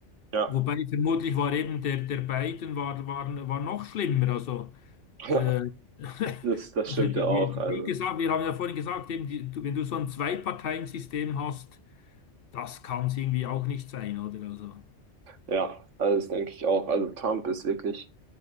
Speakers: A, on the right; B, on the left.
A: ja.
B: Wobei vermutlich war eben der, der Biden war, war, war noch schlimmer. Also,
A: <laughs>
B: äh, <laughs>
A: Das, das
B: also
A: stimmt
B: die,
A: ja auch.
B: die, die,
A: Also,
B: wie gesagt, wir haben ja vorhin gesagt, eben die, du- wenn du so ein Zwei-Parteien-System hast, das kann es irgendwie auch nicht sein, oder? Also.
A: ja, also das denke ich auch. Also Trump ist wirklich.